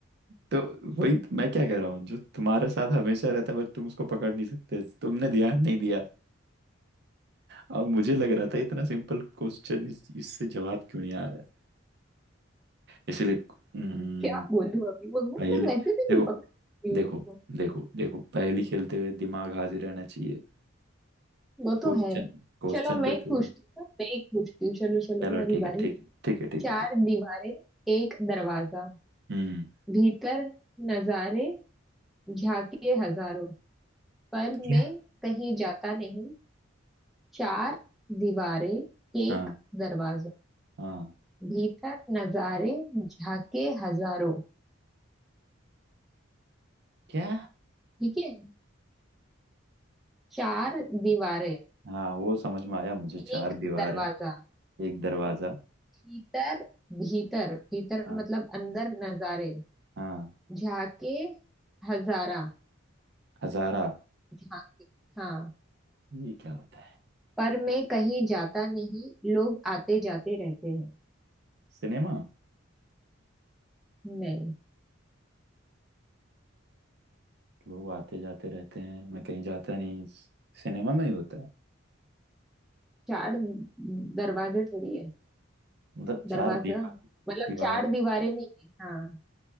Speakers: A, on the right; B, in the centre.
A: तो वही तो मैं क्या कह रहा हूँ जो तुम्हारे साथ हमेशा रहता है बट तुम उसको पकड़ नहीं सकते तुमने दिया नहीं दिया और मुझे लग रहा था इतना सिंपल क्वेश्चन इस, इससे जवाब क्यों नहीं आ रहा है इसीलिए हम्म,
B: क्या बोलूँ अभी वो वो
A: पहेली
B: मैं वैसे भी
A: देखो
B: नहीं पकड़ सकती हूँ
A: देखो
B: उसको
A: देखो देखो पहेली खेलते हुए दिमाग हाजिर रहना चाहिए
B: वो
A: क्वेश्चन
B: तो है
A: क्वेश्चन
B: चलो अब मैं
A: पे
B: एक
A: पूरा
B: पूछती हूँ हाँ, मैं एक पूछती हूँ चलो चलो
A: चलो
B: मेरी
A: ठीक
B: बारी
A: है ठीक है ठीक है ठीक
B: चार
A: है ठीक
B: दीवारें एक दरवाजा
A: हम्म
B: भीतर नजारे झांकिए हजारों पर
A: क्या
B: मैं कहीं जाता नहीं चार दीवारें एक
A: हाँ
B: दरवाजा
A: हाँ
B: भीतर नजारे झाके हजारों
A: क्या
B: ठीक है चार दीवारें
A: हाँ वो समझ में आया मुझे चार
B: एक
A: दीवार
B: दरवाजा
A: है एक दरवाजा
B: भीतर भीतर भीतर
A: हाँ
B: मतलब अंदर नजारे
A: हाँ
B: झाके हजारा
A: हजारा
B: झाके हाँ
A: ये क्या होता है
B: पर मैं कहीं जाता नहीं लोग आते जाते रहते हैं
A: सिनेमा
B: नहीं
A: लोग आते जाते रहते हैं मैं कहीं जाता नहीं सिनेमा में ही होता है
B: चार दरवाजे थोड़ी है
A: मतलब चार
B: दरवाजा
A: दीवार
B: मतलब
A: दीवार
B: चार दीवारें नहीं है हाँ